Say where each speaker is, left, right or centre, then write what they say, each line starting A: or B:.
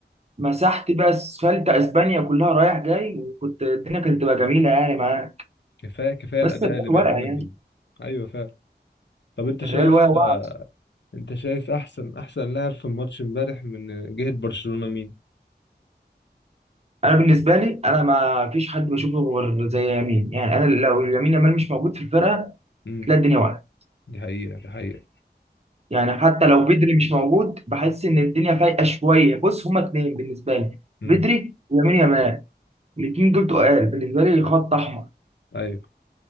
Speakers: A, on the right; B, on the left.
A: مسحت بقى اسفلت اسبانيا كلها رايح جاي وكنت الدنيا كانت تبقى جميله يعني معاه
B: كفايه كفايه
A: بس
B: الاداء
A: الريال
B: اللي بيعمله
A: واقع
B: لامين
A: يعني
B: ايوه فعلا طب انت
A: الريال
B: شايف
A: واقع واقع
B: انت شايف احسن احسن لاعب في الماتش امبارح من جهه برشلونه مين
A: انا بالنسبه لي انا ما فيش حد بشوفه غير زي يمين يعني انا لو يمين يامال مش موجود في الفرقه
B: امم
A: تلاقي الدنيا واقعه
B: دي حقيقه دي حقيقه
A: يعني حتى لو بدري مش موجود بحس ان الدنيا فايقه شويه بص هما اتنين بالنسبه لي
B: امم
A: بدري ويمين يامال الاثنين دول تقال بالنسبه لي خط احمر
B: ايوه